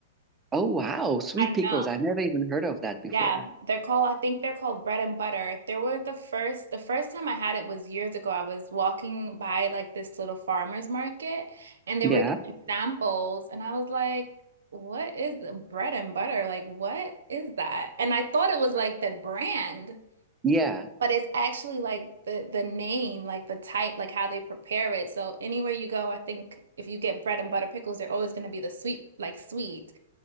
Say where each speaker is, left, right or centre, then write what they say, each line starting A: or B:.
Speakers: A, on the right; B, on the right.
A: Oh wow, sweet
B: I
A: pickles.
B: know.
A: I never even heard of that before.
B: Yeah, they're called, I think they're called bread and butter. They were the first, the first time I had it was years ago. I was walking by like this little farmer's market and they
A: Yeah.
B: were giving samples and I was like, what is the bread and butter? Like, what is that? And I thought it was like the brand,
A: Yeah.
B: but it's actually like the the name, like the type, like how they prepare it. So anywhere you go, I think if you get bread and butter pickles, they're always going to be the sweet, like sweet.